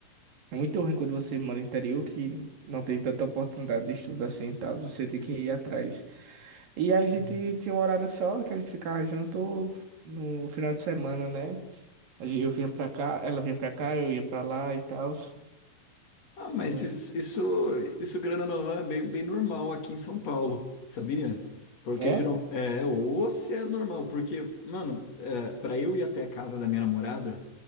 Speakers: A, on the right; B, on the left.
A: É muito ruim quando você mora no interior que não tem tanta oportunidade de estudo assim e tal. Você tem que ir atrás. E a gente
B: Uhum.
A: tinha um horário só que a gente ficava junto no final de semana, né? A gente- Eu vinha pra cá, ela vinha pra cá, eu ia pra lá e tal.
B: Ah, mas
A: É.
B: isso, isso, isso, grana não é bem, bem normal aqui em São Paulo, sabia? Porque
A: É?
B: geral, é, ou se é normal, porque, mano, é, para eu ir até a casa da minha namorada